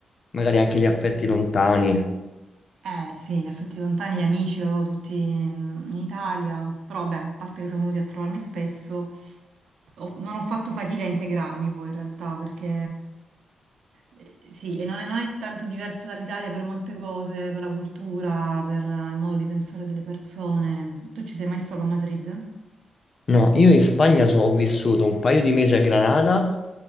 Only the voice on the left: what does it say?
magari anche gli affetti lontani.
No, io in Spagna so- ho vissuto un paio di mesi a Granada